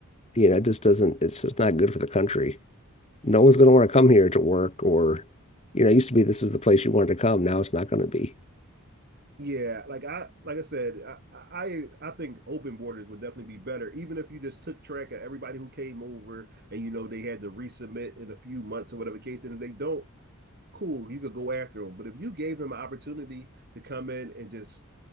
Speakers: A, on the left; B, on the right.
A: You know, it just doesn't. It's just not good for the country. No one's going to want to come here to work or, you know, it used to be this is the place you wanted to come. Now it's not going to be.
B: Yeah, like I like I said, I I I think open borders would definitely be better, even if you just took track of everybody who came over and you know they had to resubmit in a few months or whatever case, and if they don't, cool, you could go after him. But if you gave him an opportunity to come in and just